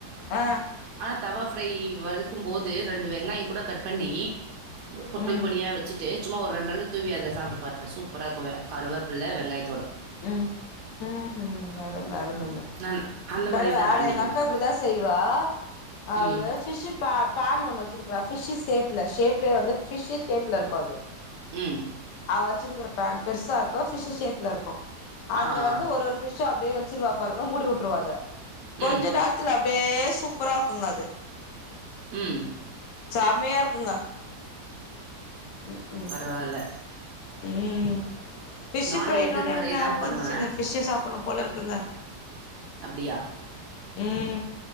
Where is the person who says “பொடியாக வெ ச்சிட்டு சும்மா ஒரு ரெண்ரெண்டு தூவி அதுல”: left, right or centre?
Right